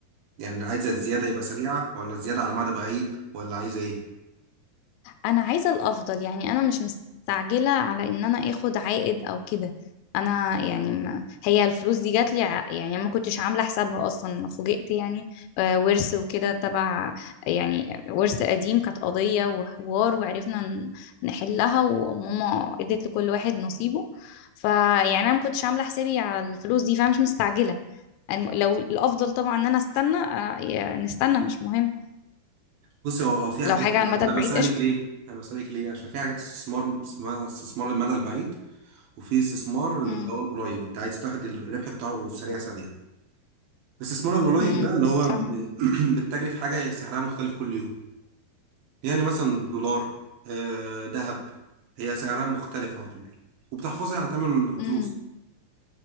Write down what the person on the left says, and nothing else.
انا عايزه الافضل يعني انا مش مستعجله على ان انا اخد عائد او كده انا يعني ما هي الفلوس دي جات لي يعني ما كنتش عامله حسابها اصلا أنا فوجئت يعني آه، ورث وكده تبع يعني ورث قديم كانت قضيه وحوار وعرفنا ن- نحلها وماما ادت لكل واحد نصيبه فيعني انا ما كنتش عامله حسابي على الفلوس دي فانا مش مستعجله الم- لو الافضل طبعا ان انا استنى آه، يا- نستنى مش مهم
لو
حاجه
على المدى
البعيد
قشطه
امم
امم
فاهمة.
امم